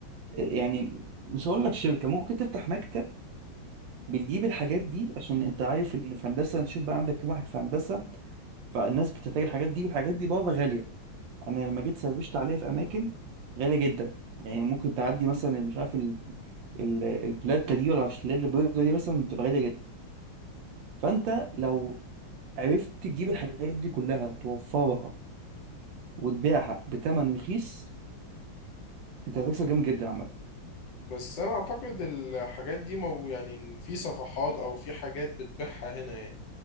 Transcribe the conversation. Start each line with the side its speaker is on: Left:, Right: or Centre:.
Right: آه، يعني مش هقول لك شركة ممكن تفتح مكتب بتجيب الحاجات دي عشان انت عارف ان في هندسه انت شوف بقى عندك كام واحد في هندسه فالناس بتحتاج الحاجات دي والحاجات دي بره غاليه انا لما جيت سرشت عليها في اماكن غاليه جدا يعني ممكن تعدي مثلا مش عارف ال- ال- البلاته دي ولا مش اللي هي البيضه دي مثلا بتبقى غاليه جدا فانت لو عرفت تجيب الحاجات دي كلها توفرها وتبيعها بثمن رخيص انت هتكسب جامد جدا عامه
Left: بس انا اعتقد الحاجات دي مو يعني في صفحات او في حاجات بتبيعها هنا يعني